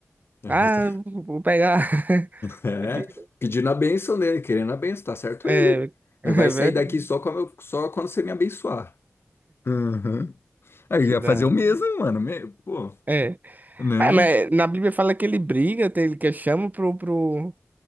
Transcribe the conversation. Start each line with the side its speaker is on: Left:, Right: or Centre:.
Left: <laughs>
Right: Ah, vou pegar.
Left: É,
Right: <laughs>
Left: pedindo a bênção dele, querendo a bênção, tá certo
Right: É,
Left: ele. Vai
Right: é
Left: sair
Right: verdade.
Left: daqui só quando, eu- só quando você me abençoar. Uhum. Aí
Right: Que
Left: eu ia
Right: da
Left: fazer o
Right: hora.
Left: mesmo, mano. me- Pô,
Right: É.
Left: né?
Right: Mas, mas na Bíblia fala que ele briga, tem- ele que chama pro, pro,